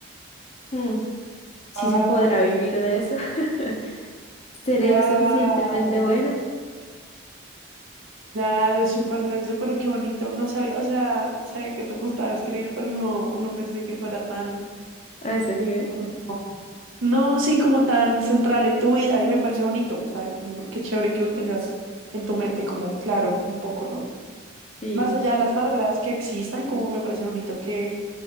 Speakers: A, on the left (about 35°); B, on the right (about 85°).
A: "Mm, ¿sí
B: Wow,
A: se podrá vivir de eso? <laughs> ¿Seré
B: wow.
A: lo suficientemente buena
B: Claro, súper denso, pero qué bonito. No sabía, o sea, sabía que te gustaba escribir, pero no, no pensé que fuera tan
A: a ese nivel?
B: como, no, sí, como tan central en tu vida y me parece bonito, o sea Como qué chévere que lo tengas en tu mente, como claro, un poco, ¿no?
A: Sí,
B: más allá de las barreras que existan, como me parece bonito que,